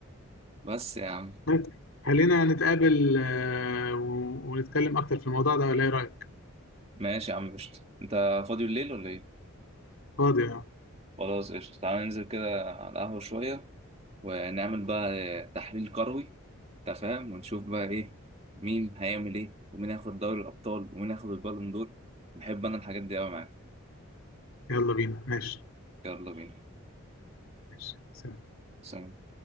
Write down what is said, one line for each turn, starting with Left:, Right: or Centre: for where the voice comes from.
Right: بس يا عم
Left: طيب، خلينا نتقابل آه، و- ونتكلم أكتر في الموضوع ده ولا إيه رأيك؟
Right: ماشي يا عم قشطة انت فاضي الليل ولا ايه
Left: فاضي أهو.
Right: خلاص قشطة تعالى ننزل كده على القهوة شوية ونعمل بقى تحليل كروي أنت فاهم ونشوف بقى إيه مين هيعمل إيه ومين هياخد دوري الأبطال ومين هياخد البالون دور بحب أنا الحاجات دي أوي معاك
Left: يلا بينا ماشي
Right: يلا بينا
Left: ماشي سلام
Right: سلام